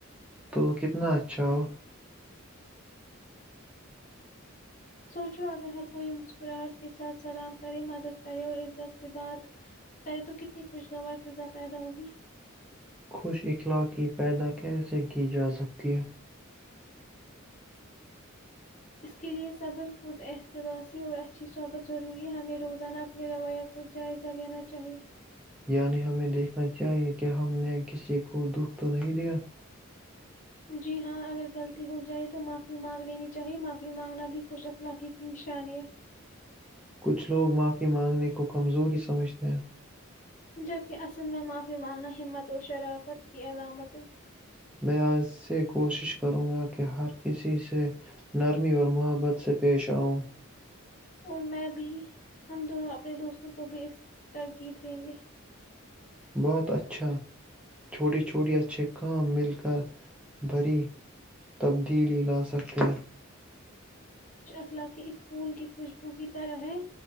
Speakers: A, in the centre; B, on the left.
A: تو کتنا اچھا وہ
B: سوچو اگر ہر کوئی مسکراہٹ کے ساتھ سلام کرے مدد کرے اور عزت سے بات کرے تو کتنی خوشگوار فضا پیدا ہوگی
A: خوش اخلاق کی پائیدا کیسے کی جا سکتی دیہ
B: اس کے لیے صبر خود احتبا سے اور اچھی صحبت ضروری ہے ہمیں روزانہ اپنے رویہ کو جائزہ لینا چاہیے
A: یعنی ہمیں دیکھنا چاہیے کہ ہم نے کسی کو دکھ تو نہیں دیا
B: جی ہاں اگر غلطی ہو جائے تو معافی مانگ لینی چاہی معافی مانگنا بھی خوش اخلاقی کی نشانی ہے
A: کچھ لوگ ماں مانگنے کو کمزوری سمجھتے ہیں
B: جبک اصل میں معافی مانگنا ہمت اور شرافت کی علامتیں
A: میں اس سے کوشش کروں گا کہ ہر کسی سے نرمی اور محبت سے پیش آؤں
B: اور میں بھی ہم دونوں اپنے دوستوں کو بھی اس ترغیب دیں گے
A: بہت اچھا چھوٹی چھوٹی اچ اچھے کام مل کر بھری تبدیلی لا سکتے ہیں
B: کے ایک پھول کی خوشبو کی طرح ہے